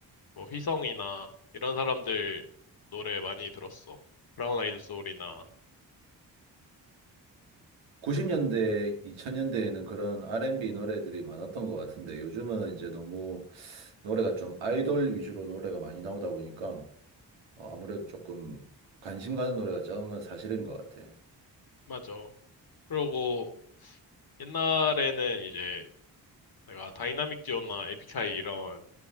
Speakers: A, on the left (about 55°); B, on the right (about 85°).
A: 뭐 휘성이나 이런 사람들 노래 많이 들었어. 브라운 아이드 소울이나
B: 90년대, 2000년대에는 그런 R&B 노래들이 많았던 것 같은데 요즘은 이제 너무 노래가 좀 아이돌 위주로 노래가 많이 나오다 보니까 어, 아무래도 조금 관심 가는 노래가 적은 건 사실인 것 같아.
A: 맞아. 그리고 옛날에는 이제 내가 다이나믹 듀오나 에픽하이 이런